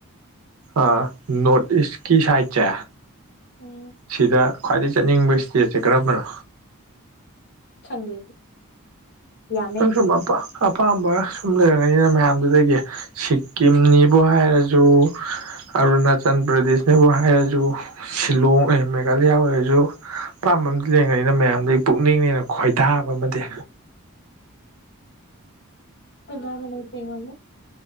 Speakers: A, on the right; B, on the left.
A: ꯑ ꯅꯣꯔꯠ ꯏꯁꯀꯤ ꯁꯥꯏꯠꯁꯦ
B: ꯎꯝ
A: ꯁꯤꯗ ꯈ꯭ꯋꯥꯏꯗꯒꯤ ꯆꯠꯅꯤꯡꯕ ꯏꯁꯇꯦꯠꯁꯦ ꯀꯔꯝꯕꯅꯣ
B: ꯈꯪꯗꯦ ꯌꯥꯝꯃꯦ
A: ꯅꯪ ꯁꯨꯝ ꯑꯄꯥꯝꯕ ꯁꯨꯝ ꯂꯩꯔꯝꯒꯅꯤꯅ ꯃꯌꯥꯝꯗꯨꯗꯒꯤ ꯁꯤꯛꯀꯤꯝꯅꯤꯕ ꯍꯥꯏꯔꯖꯨ ꯑꯔꯨꯅꯥꯆꯜ ꯄ꯭ꯔꯗꯦꯁꯅꯤꯕꯨ ꯍꯥꯏꯔꯖꯨ ꯁꯤꯂꯣꯡ ꯑꯦ ꯃꯦꯒꯥꯂꯌꯥ ꯑꯣꯏꯔꯁꯨ ꯑꯄꯥꯝꯕꯃꯗꯤ ꯂꯩꯡꯉꯅꯤꯅ ꯃꯌꯥꯝꯗꯨ ꯄꯨꯛꯅꯤꯡꯅꯦꯅ ꯈꯣꯏꯗꯥꯕ ꯑꯃꯗꯤ
B: ꯅꯦꯄꯦꯉ <inaudible>